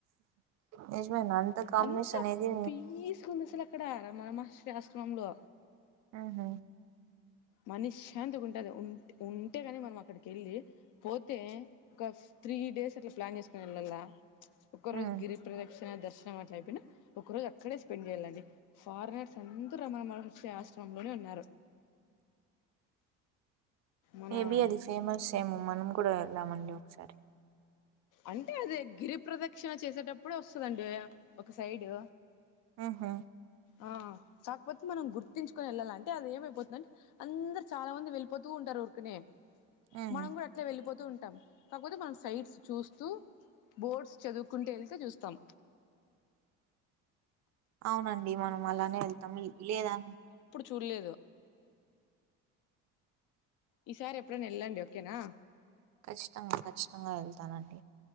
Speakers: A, on the right (about 50°); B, on the left (about 65°).
A: నిజమేనా కాంబినేషన్
B: అంత
A: అనేది
B: పీస్గా ఉంది అసలు అక్కడ రమణ మహర్షి ఆశ్రమంలో
A: ఉ హు
B: మనిశాంతి గ ఉంటది ఉంటే ఉంటేగాని మనం అక్కడికి వెళ్ళి పోతే ఒకసు త్రీ డేస్ అట్లా ప్లాన్ చేసుకోని వెళ్ళాల ఒక్కరోజు
A: ఉమ్
B: గిరిప్రదక్షి నా దర్శనం అట్లా అయిపోయినా ఒక రోజు అక్కడే స్పెండ్ చేయాలండి ఫారనర్స్ అందరు అమన మచ్చి ఆశ్రమ మంగానే ఉన్నారు మన
A: మేబీ అది ఫేమస్ ఏమో మనం కూడా వెళ్దామండి ఒకసారి
B: అంటే అదే గిరి ప్రదక్షిణ చేసేటప్పుడు వస్తదండి ఒక సైడు
A: ఆహా
B: ఆ కాకపోతే మనం గుర్తించుకొని వెళ్ళాలి అంటే అది ఏమైపోతుంది అని అందరు చాలా మంది వెళ్ళిపోతూ ఉం తారు ఊరు కనే
A: ఉహు
B: మనం కూడా అట్లా వెళ్ళిపోతూ ఉంటాం కాకపోతే మనం సైట్స్ చూసు స్తు బోర్డ్స్ చదువుకుంటూ వెళ్తే చూస్తాం
A: అవునండి మనం అలానే వెళ్తాం లేదు అన్
B: చూడులేెదు ఈసారి ఎప్పుడైనా వెళ్ళండి ఓకేనా
A: ఖచ్చితంగా ఖచ్చితంగా వెళ్తానండి